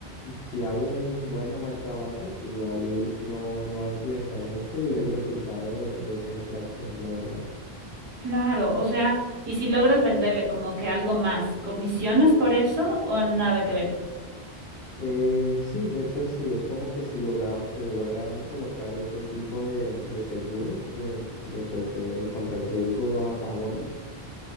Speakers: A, on the left; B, on the right.
A: si hago un buen o mal trabajo, igual no, no va a influenciar mucho el, el resultado de, de esa interacción, la verdad.
B: Claro, o sea, y si logras venderle como que algo más, ¿comisionas por eso o nada que ver?
A: Eh, sí, de hecho sí, es como que si logra, se logran colocar ese tipo de, de seguros de, de, pues, de contrarriesgo a apagones.